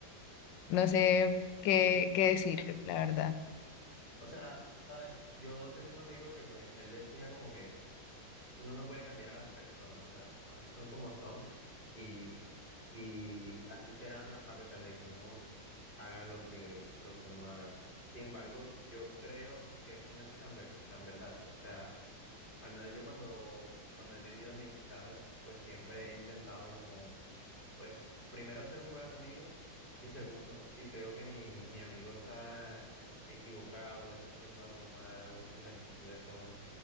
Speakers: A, on the left; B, on the left.
A: no sé qué, qué decir, la verdad.
B: O sea, sabes, yo tenía un amigo que pues él decía como que uno no puede cambiar a las personas, o sea, las personas son como son y, y así serán a a pesar de que uno haga lo que, lo que uno haga. Sin embargo, yo creo que eso no es tan, ver- tan verdad. O sea, al menos yo cuando, cuando he tenido amistades, pues siempre he intentado como pues primero ser un buen amigo y segundo, si creo que mi, mi amigo está equivocado, está haciendo algo malo, sus actitudes son